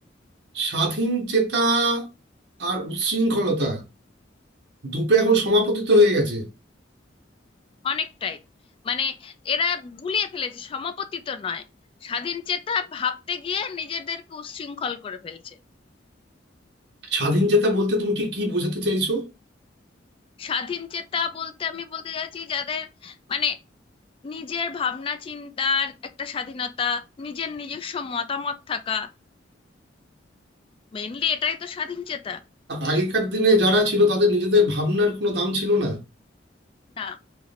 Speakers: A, on the right (about 60°); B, on the left (about 30°).
A: স্বাধীন চেতা আর উচ্ছৃঙ্খলতা দুটো এখন সমাপতিত হয়ে গেছে
B: অনেকটাই মানে এরা গুলিয়ে ফেলেছে সমাপতিত নয় স্বাধীন চেতা ভাবতে গিয়ে নিজেদেরকে উচ্ছৃঙ্খল করে ফেলছে
A: স্বাধীন চেতা বলতে তুমি কি কি বোঝাতে চাইছো
B: স্বাধীন চেতা বলতে আমি বলতে চাইছি যাদের মানে নিজের ভাবনা চিন্তার একটা স্বাধীনতা নিজের নিজস্ব মতামত থাকা মেইনলি এটাই তো স্বাধীন চেতা
A: আগেকার দিনে যারা ছিল তাদের নিজেদের ভাবনার কোনো দাম ছিল না
B: না